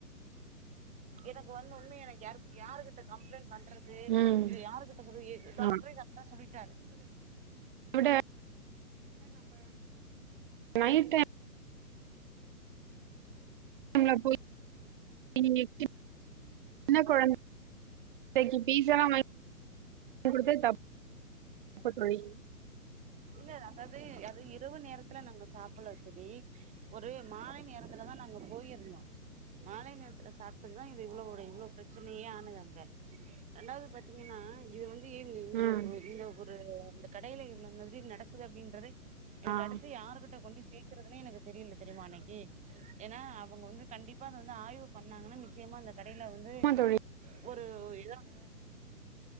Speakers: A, on the right (about 15°); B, on the right (about 35°).
A: எனக்கு வந்த உண்மைய நான் யாருகிட்ட கம்ப்ளைண்ட் பண்றது
B: ம்
A: இது யாருகிட்ட சொல்றது எ டாக்டரே
B: ஆமா.
A: கர்ட்டா சொல்லிட்டாரு
B: அத விட நயிட் டைம் டைம்ல போய் <unintelligible> ன்ன கொழந் கு பீஸால்லா <unintelligible> தப்பு தோழி
A: இல்ல அதாது அது இரவு நேரத்துல நாங்க சாப்புல்ல தோழி ஒரு மாலை நேரத்துலதா நாங்க போயிருந்தோ மாலை நேரத்துல சாப்டதுதா இது இவ்ளோட இவ்ளோ ப்ரச்சனயே ஆனது அங்க ரெண்டாவது பாத்தீங்கன்னா இது வந் து இந்த
B: ம்
A: <unintelligible> கடைல இவ்ளன்னல் <unintelligible> நடக்குது அப்டின்றதெ எனக்கு
B: ஆ ஆமா
A: அடுத்து யாருகிட்ட கொண்டு சேக் கிறதுனே எனக்கு தெரில தெரியுமா அன்னைக்கி ஏனா அவுங்க வந்து கண்டிப்பா அது வந்து ஆய்வு பண்ணாங்கனா நிச்சயமா அந்த கடைல வந்து
B: தோழி
A: ஒரு இத